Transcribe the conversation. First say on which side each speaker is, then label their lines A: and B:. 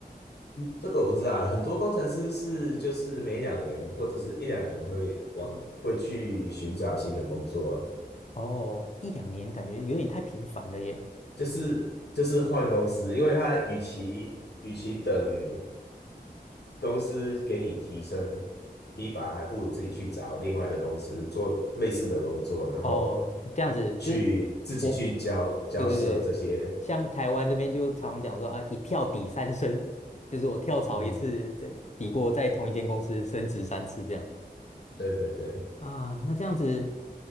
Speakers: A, on the left; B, on the left.
A: 这个我不知道欸很多工程师是就是每两年或者是一两年会往会去寻找新的工作，
B: 哦，一两年感觉有点太频繁了耶。
A: 就是就是换公司，因为他与其与其等公司给你提升提拔，还不如自己去找另外的公司做类似的工作，然后
B: 哦，这样子就是
A: 去自己去交交涉这些，
B: 我，对对对，像台湾这边就常常讲说啊，一跳抵三升，就是我跳槽一次，
A: 嗯，
B: 再抵过在同一间公司升职三次这样
A: 对对对，
B: 啊。那这样子，